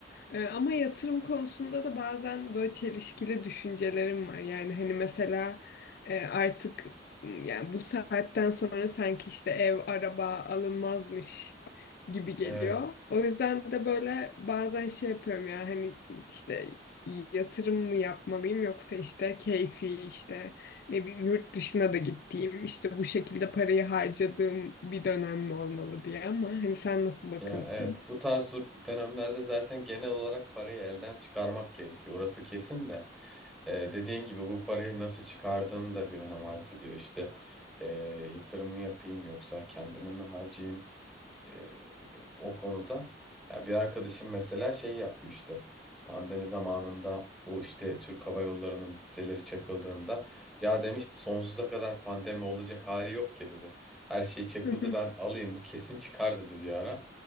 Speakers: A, on the left; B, in the centre.
A: Ee, ama yatırım konusunda da bazen böyle çelişkili düşüncelerim var. Yani hani mesela e, artık m, yani bu saatten sonra sanki işte ev, araba alınmazmış gibi geliyor.
B: Evet.
A: O yüzden de böyle bazen şey yapıyorum ya hani işte yatırım mı yapmalıyım yoksa işte keyfi işte ne bileyim yurt dışına da gittiğim işte bu şekilde parayı harcadığım bir dönem mi olmalı diye ama hani sen nasıl bakıyorsun?
B: Ya evet bu tarz dur- dönemlerde zaten genel olarak parayı elden çıkarmak gerekiyor. Orası kesin de. Ee, dediğin gibi bu parayı nasıl çıkardığın da bir önem arz ediyor. İşte ee, yatırım mı yapayım yoksa kendime mi harcayayım? e, o konuda. Ya bir arkadaşım mesela şey yapmıştı. Pandemi zamanında bu işte Türk Hava Yolları'nın hisseleri çakıldığında ya demişti sonsuza kadar pandemi olacak hali yok ki dedi. Her şey çakıldı
A: <laughs>
B: ben alayım bu kesin çıkar dedi bir ara.